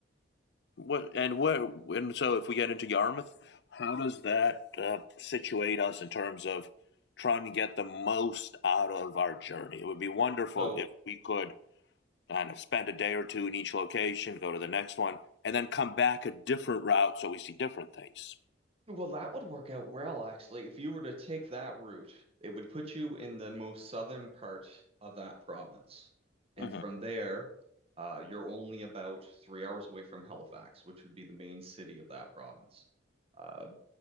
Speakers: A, on the left; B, on the right.
A: What and where and so if we get into Yarmouth, how does that uh, situate us in terms of trying to get the most out of our journey? It would be wonderful
B: So,
A: if we could kind of spend a day or two in each location, go to the next one, and then come back a different route so we see different things.
B: well, that would work out well, actually. If you were to take that route, it would put you in the most southern part of that province. And
A: hmm
B: from there, uh, you're only about three hours away from Halifax, which would be the main city of that province. Uh,